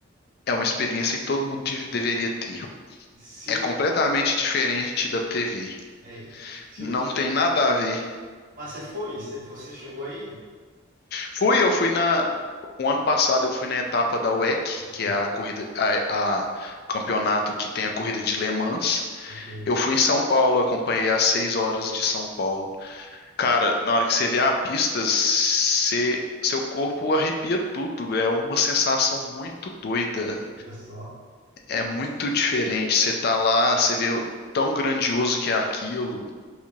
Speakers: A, on the left; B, on the right.
A: é uma experiência que todo mundo de- deveria ter.
B: E se
A: É
B: eu,
A: completamente diferente da TV.
B: é, e se
A: Não
B: eu, te-
A: tem nada a ver.
B: mas você foi? Você você chegou aí?
A: Fui, eu fui na. O ano passado eu fui na etapa da WEC,
B: Entendi.
A: que é a corrida, a, a campeonato que tem a corrida de Le Mans.
B: Ok,
A: Eu fui em São Paulo, acompanhei as seis horas de São Paulo. Cara, na hora que você vê a pista, você- seu corpo arrepia tudo. É uma sensação muito doida.
B: olha só, que
A: É
B: massa.
A: muito diferente. Você tá lá, você vê o tão grandioso que é aquilo.